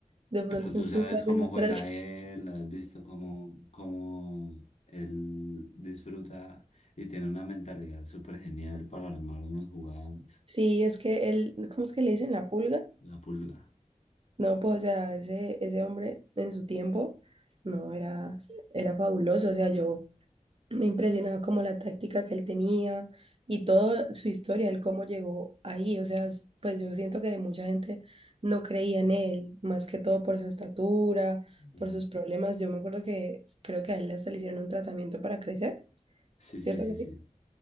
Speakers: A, on the right (about 45°); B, on the left (about 55°).
A: De pronto
B: Pero tú
A: en cinco
B: sabes cómo
A: años
B: juega
A: atrás.
B: él,
A: <laughs>
B: has visto cómo, cómo él disfruta y tiene una mentalidad súper genial para armar unas jugadas.
A: Sí, es que él, ¿cómo es que le dicen la pulga?
B: La pulga.
A: No, pues, o sea, ese, ese hombre en su tiempo, no, era, era fabuloso. O sea, yo Me impresionaba como la táctica que él tenía y toda su historia, el cómo llegó ahí. O sea, s- pues yo siento que mucha gente no creía en él, más que todo por su estatura,
B: Mm.
A: por sus problemas. Yo me acuerdo que creo que a él hasta le hicieron un tratamiento para crecer,
B: Sí, sí,
A: ¿cierto?
B: sí, sí.